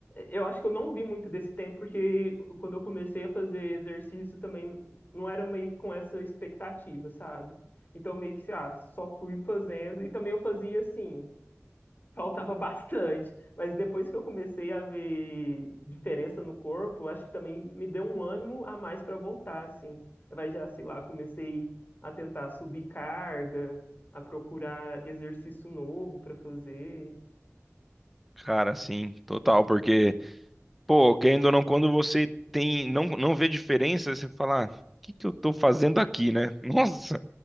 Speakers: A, on the left; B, in the centre.
A: Eu acho que eu não vi muito desse tempo, porque quando eu comecei a fazer exercício também não era meio que com essa expectativa, sabe? Então meio que, ah, só fui fazendo. E também eu fazia assim. faltava <laughs> bastante. Mas depois que eu comecei a ver diferença no corpo, acho que também me deu um ânimo a mais para voltar, assim. Vai já, sei lá, comecei a tentar subir carga, a procurar exercício novo para fazer.
B: Cara, sim, total, porque. Pô, querendo ou não, quando você tem, não, não vê diferença, você fala, ah, o que que eu tô fazendo aqui, né? <laughs> Nossa, o